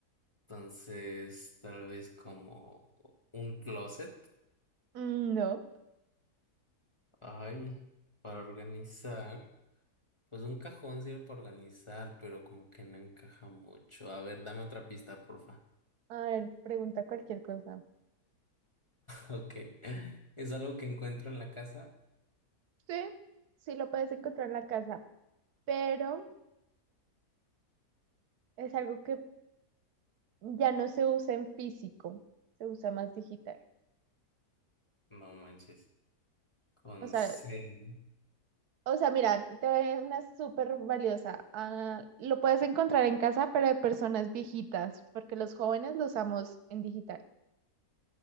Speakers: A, on the left; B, on the right.
A: entonces, tal vez como un closet.
B: Mm, No.
A: Ay, para organizar. Pues un cajón sirve para organizar, pero como que no encaja mucho. A ver, dame otra pista, porfa.
B: A ver, pregunta cualquier cosa.
A: Ok. <laughs> Es algo que encuentro en la casa.
B: Sí, sí lo puedes encontrar en la casa, pero es algo que ya no se usa en físico, se usa más digital.
A: No manches. Con
B: O sea,
A: C.
B: o sea, mira, aquí te doy una súper valiosa. Ah, lo puedes encontrar en casa, pero de personas viejitas, porque los jóvenes lo usamos en digital.